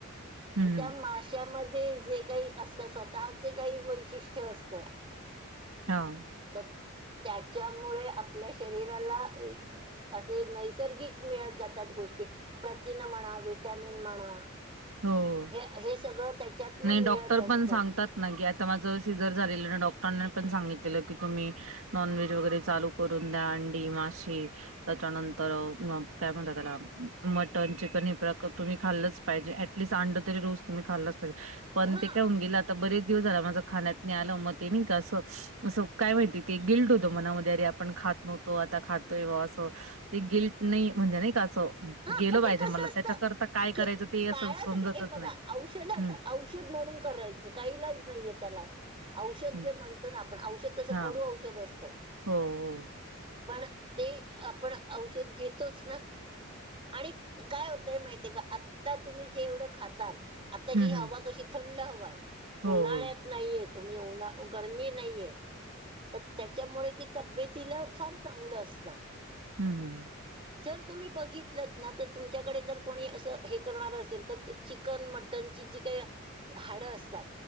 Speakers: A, on the right; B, on the right.
A: हम्म
B: त्या
A: हम्म.
B: माश्यामध्ये जे काही असतात स्वतःचे काही वैशिष्ट्य असतं
A: हा
B: तर त्यांच्यामुळे आपल्या शरीराला असे नैसर्गिक मिळत जात्यात गोष्टी प्रथिने म्हणा व्हिटॅमिन म्हणा
A: हो हो
B: हे हे सगळं त्याच्यांतन मिळत
A: डॉक्टर
B: असतं
A: पण सांगतात नाही आता माझं सिझर झालेलं ना डॉक्टरांनी पण सांगितलेलं की तुम्ही नॉनव्हेज वगैरे चा करून द्या अंडी मासी त्याच्यानंतर काय म्हणता त्याला मटन चिकन हे प्रकार तुम्ही खाल्लंच पाहिजे ॲडलिस अंडं तरी रोज तुम्ही खाल्लाच पाहिजे पण
B: हा
A: ते काय <inaudible> आता बरेच दिवस आला माझं खाण्यात आलं मग ते नाही का असं असं काय माहिती ते गिल्ट होत मनांमध्ये अरे, आ आपण खात नव्हतो आता खातोय ब असं ते गिल्ट नाही म्हणजे नाही का असं
B: हा
A: गेलं
B: पण
A: पाहिजे
B: ते कसं
A: मला
B: असतं
A: त्याच्याकरिता काय करायचं
B: खे
A: ते असं
B: बाळासाठी
A: समजतच
B: एक बघा
A: नाही
B: औषधांच
A: हम्म
B: औषध म्हणून करायचं काही इलाज नाहीये त्याला. औषध
A: हम्म
B: जे म्हणतो ना आपण औषध कसं
A: हा
B: कडू औषध असतं.
A: हो हो.
B: पण ते आपण औषध घेतोच ना. आणि काय होतंय माहितेय का आता तुम्ही जेवढं खाताल आता
A: हं,
B: ही
A: हं.
B: हवा कशी थंड हवा आहे
A: हो,
B: उन्हाळ्यात
A: हो.
B: नाहीये तुम्ही उन्हा गरमी नाहीये. तर त्यांच्यामुळे ते तब्येतीला फार चांगलं असतं.
A: हम्म
B: जर तुम्ही बघितलंत ना तर तुमच्याकडे जर कोणी असं हे करणार असेल तर चिकन मटनची जी काही हाडं असतात.